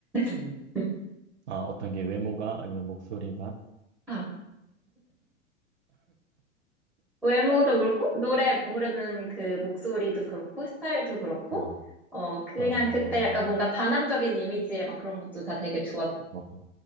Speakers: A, in the centre; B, on the right.
A: 음.
B: 아, 어떤 게 외모가 아니면 목소리가?
A: 아, 외모도 그렇고, 노래 부르는 그 목소리도 그렇고, 스타일도 그렇고,
B: 어,
A: 어, 그냥
B: 어,
A: 그때 약간 뭔가 반항적인 이미지의 막 그런 것도 다 되게 좋았고,
B: 뭐,